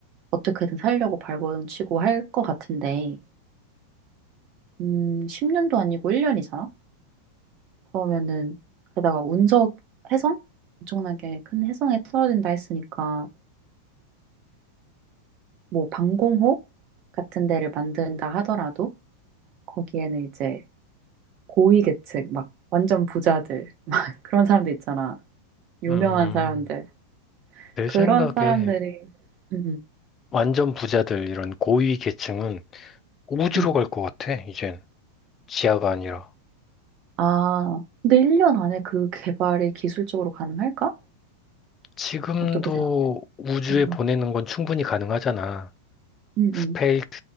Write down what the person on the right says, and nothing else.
어떻게든 살려고 발버둥 치고 할 것 같은데, 음, 10년도 아니고 1년이잖아? 그러면은, 게다가 운석 혜성? 엄청나게 큰 혜성에 떨어진다 했으니까, 뭐, 방공호 같은 데를 만든다 하더라도, 거기에는 이제 고위계층, 막, 완전 부자들, <laughs> 막, 그런 사람들 있잖아. 유명한
사람들.
그런
사람들이 음,
음, 음.
아, 근데 1년 안에 그 개발이 기술적으로 가능할까?
어떻게 생각해?
음,
음,
음,